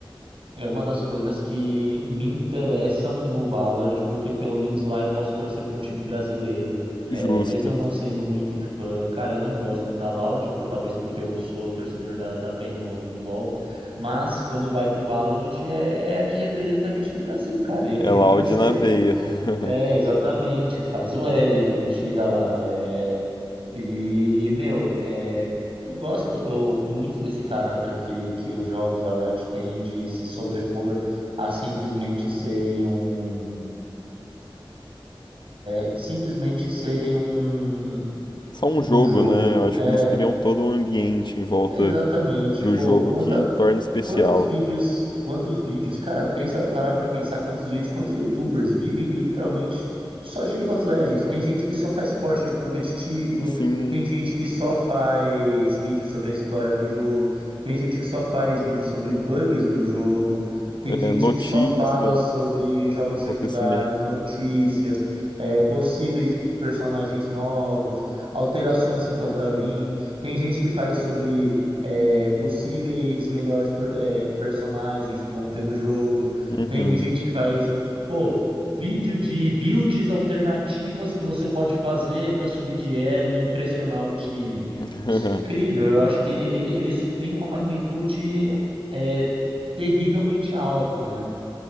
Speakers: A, on the right; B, on the left.
A: É uma das coisas que me interessam no Valorant, porque pelo menos lá eu posso torcer para um time brasileiro.
B: Justo.
A: É, mesmo eu não sendo muito fã, cara, eu não gosto muito da Loud, por, talvez porque eu sou torcedor da, da PEN no, no LoL, mas quando vai pro Valorant é, é a que representa a gente no Brasil, cara, e
B: É
A: eu tenho
B: Loud
A: que torcer.
B: na veia.
A: <laughs>
B: <laughs>
A: É, exatamente, faz o L quando chega lá. é, e, meu, é, eu gosto eu- muito desse caráter que, que os jogos da Riot têm de se sobrepor a simplesmente serem um, é, simplesmente serem um,
B: Só um jogo,
A: um jogo.
B: né? Eu acho
A: É,
B: que eles criam todo um ambiente em volta
A: exatamente.
B: do
A: Pô,
B: jogo
A: quanta,
B: que torna especial.
A: Quantos vídeos, quantos vídeos, cara, pensa, parar pra pensar quantos vídeos, quantos YouTubers vivem literalmente só de League of Legends. Tem gente que só faz corte de competitivo,
B: Sim.
A: tem gente que só faz vídeo sobre a história do jogo, tem gente que só faz vídeo sobre bugs do jogo, tem
B: É,
A: gente
B: notícias,
A: que só fala sobre jogos
B: acontecimentos.
A: secundários, notícias, é, possíveis personagens novos, alterações que estão pra vir. Tem gente que faz sobre é, possíveis melhores per- é, personagens que vão ter no jogo.
B: Uhum.
A: Tem gente que faz, pô, vídeo de builds alternativas que você pode fazer para subir de elo e impressionar o time.
B: <laughs>
A: Isso é incrível, eu acho que ele, ele tem uma magnitude é, terrivelmente alta, né?